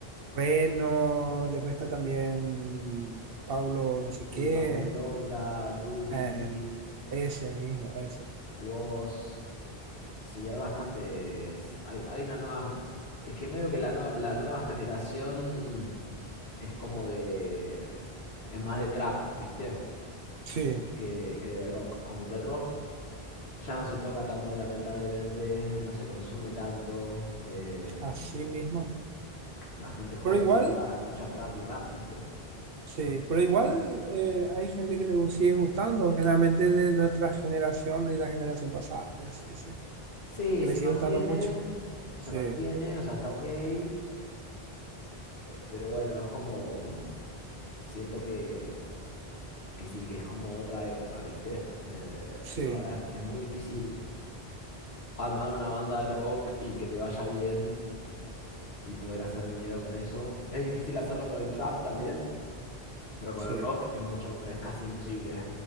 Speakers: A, on the right; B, on the left.
A: Reno, después está también Paulo no sé qué.
B: Sí, Paulo Londra, Duki,
A: eh, ese mismo, ese.
B: Woz. Sí, hay bastantes. Hay, hay una nueva. Es que medio que la nueva, la nueva generación es como de. Es más de trap, ¿viste?
A: Sí,
B: Que, que de rock. Como que el rock. Ya no se toca tanto, lamentablemente, no se consume tanto. eh,
A: así mismo.
B: la gente joven
A: Pero igual,
B: ahora escucha trap y rap, ¿viste?
A: sí, pero igual eh, hay gente que le gu- sigue gustando, generalmente de nuestra generación y la generación pasada, por así decir,
B: Sí,
A: que
B: se
A: le sigue
B: mantiene,
A: gustando mucho.
B: se
A: Sí,
B: mantiene, o sea, está ok. eh, pero bueno, es como... Siento que, que sí, que es como otra época, ¿viste? Eh,
A: sí,
B: ahora es, es muy difícil armar una banda de rock y que te vaya bien y poder hacer dinero con eso. Es difícil hacerlo con el trap también. Pero con
A: sí,
B: el rock es mucho, es casi imposible.